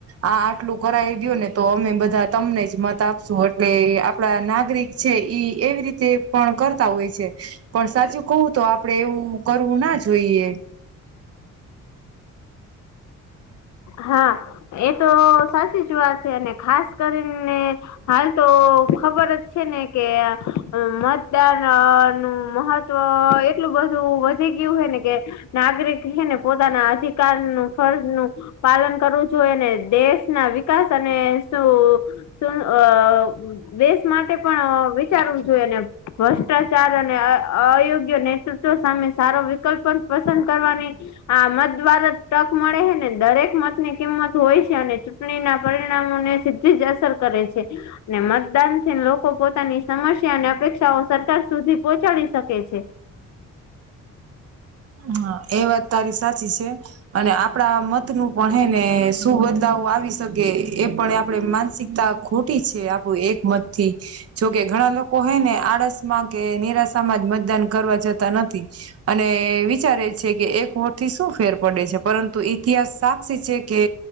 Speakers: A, on the right; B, on the left.
A: આ આટલું કરાવી દીયો ને તો અમે બધા તમને જ મત આપશું, એટલે આપડા નાગરિક છે ઈ એવી રીતે પણ કરતા હોય છે. પણ સાચું કવું તો આપડે એવું કરવું ના જોઈએ. <inaudible>
B: હા એ તો સાચી જ વાત છે, અને ખાસ કરીને હાલ તો ખબર જ છે ને કે, અ મતદાન નું મહત તો એટલું બધું વધી ગીયું હે ને, કે નાગરિક હે ને પોતાના અધિકારનું ફરજ નું, પાલન કરવું જોઈને દેશ ના વિકાસ અને શું શું અ દેશ માટે પણ વિચારવું જોઈએ ને ભ્રષ્ટાચાર અને અ અયોગ્ય નેતૃત્વ સામે સારો વિકલ્પ પસંદ કરવાની હા મત દ્વારજ ટક મળે હે ને દરેક મતની કિંમત હોય છે અને ચૂંટણીના પરિણામોને સી ધીજ અસર કરે છે. ને મતદાન થી લોકો પોતાની સમસ્યા અને અપેક્ષાઓ સરકાર સુધી પોહોંચાડી શકે છે.
A: હા એ વાત તારી સાચી છે. અને આપડા મત નું પણ હે ને શું બદલાવ આવી શકે એ પણ આપણે માનસિકતા ખોટી છે આપણું એક મત થી. જોકે ઘણા લોકો હોય ને આળસ માં કે નિરાશામાં જ મતદાન કરવા જતા નથી. અને એ વિચારે છે કે એક વોટ થી શું ફેર પડે છે પરંતુ ઇતિહાસ સાક્ષી છે કે